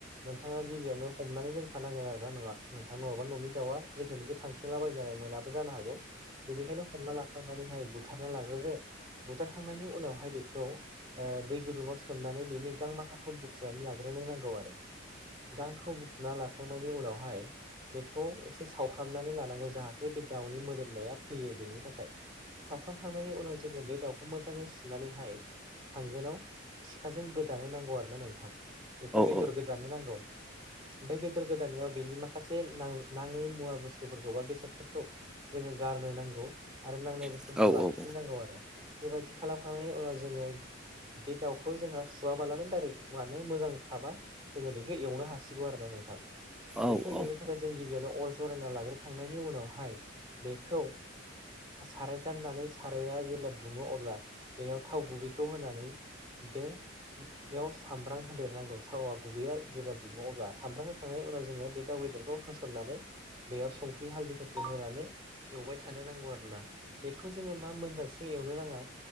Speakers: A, on the right (about 25°); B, in the centre.
A: नोंथाङा गिबियावनो हमनानै दोनखानांगोन आरोना नङा नोंथां नङाबा न'नि दाउआ जेखे मेखै थांथिंलाबायायो नालाय मोना बो जानो हागौ। बेनिखायनो हमना लाखांनानैहाय बुथारना लाग्रोदो। बुथारखांनायनि उनावहाय बेखौ दै गुदुङाव सोमनानै बेनि गां माखाखौ बुखुनानै लाग्रोनो नांगौ आरो। गांखौ फुना लाखांनायनि उनावहाय बेखौ एसे सावफ्रामनानै लानांगौ जाहा ते बे दाउनि मोदोमनाया फैयो बेनि थाखाय। सावफ्रामखांनायनि उनाव जोङो बे दाउखौ मोजाङै सुनानैहाय थांगोनाव सिखाजों गोदानो नांगौ आरोना नोंथां। बेखौ बेदर
B: औ
A: गोदानो नांगौ। बे बेदर गोदानायाव बेनि माखा से ना-नाङै मुवा बुस्थुफोरखौ बा बेसादफोरखौ जोङो गारनो नांगौ आरो नांनाय बुस्थुफोरखौ
B: औ औ
A: लाखिनो
B: औ
A: नांगौ आरो। बेबायदि खालामखांनायनि उनाव जोङो बे दाउखौ जोंहा सुवाबालानो दाइरेक्ट माने मोजांखाबा जोङो बेखौ एवनो हासिगौ आरोना नोंथां।
B: औ
A: बेखौ
B: औ
A: एवनो थाखाय जों गिबियावनो अर जरायना लाग्रोखांनायनि उनावहाय बेखौ साराय जाननानै साराया जेब्ला दुङो अब्ला बेयाव थाव गुबैखौ होनानै बे याव सामब्राम होदेरनांगौ थाव गुबैया जेब्ला दुङो अब्ला सामब्राम होखांनाय उनाव जोङो बे दाउ बेदरखौ होसननानै बेयाव संख्रि हालदैफोरखौ होनानै एवबाय थानो नांगौ आरो ना बेखौ जोङो मा मोनजासिम एवनो नाङा।